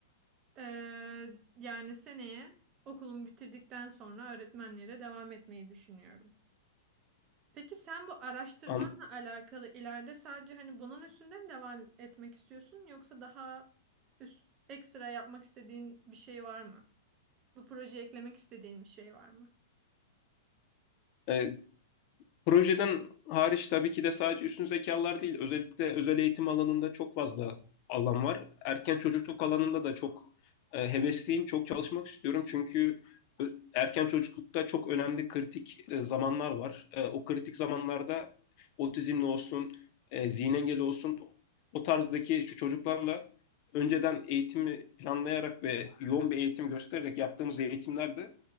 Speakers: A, on the right; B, on the left.
A: Ee, yani seneye okulumu bitirdikten sonra öğretmenliğe de devam etmeyi düşünüyorum. Peki sen bu araştırmanla
B: An,
A: alakalı ileride sadece hani bunun üstünde mi devam etmek istiyorsun yoksa daha üst, ekstra yapmak istediğin bir şey var mı? Bu projeye eklemek istediğin bir şey var mı?
B: e, Projeden hariç tabii ki de sadece üstün zekalar değil, özellikle özel eğitim alanında çok fazla alan var. Erken çocukluk alanında da çok e, hevesliyim, çok çalışmak istiyorum. Çünkü ö- erken çocuklukta çok önemli kritik e, zamanlar var. E, o kritik zamanlarda otizmli olsun, e, zihin engeli olsun o tarzdaki şu çocuklarla önceden eğitimi planlayarak ve yoğun bir eğitim göstererek yaptığımız eğitimlerde